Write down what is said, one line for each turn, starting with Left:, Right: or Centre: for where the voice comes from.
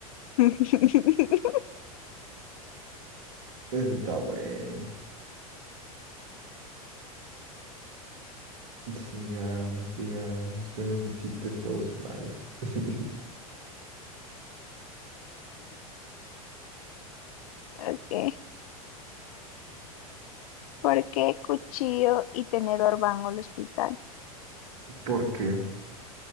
Left: <laughs>
Right: Ese está bueno. Sigamos, sigamos con esos chistes todos malos. <laughs>
Left: Okay. ¿Por qué cuchillo y tenedor van al hospital?
Right: ¿Por qué?